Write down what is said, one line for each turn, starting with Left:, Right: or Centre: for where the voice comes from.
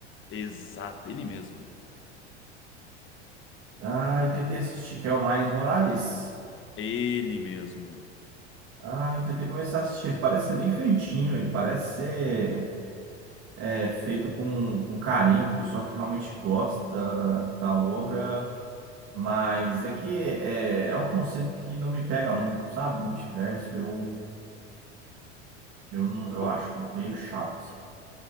Left: Exato, ele mesmo.
Right: Ah, eu tentei assistir, que é o Miles Morales.
Left: Ele mesmo.
Right: Ah, eu tentei começar a assistir. Ele parece ser bem feitinho, ele parece ser é, feito com, com carinho, o pessoal que realmente gosta da, da obra. Mas é que é, é um conceito que não me pega muito, sabe? Multiverso, eu, eu, não, eu
Left: Pô,
Right: acho meio chato, assim.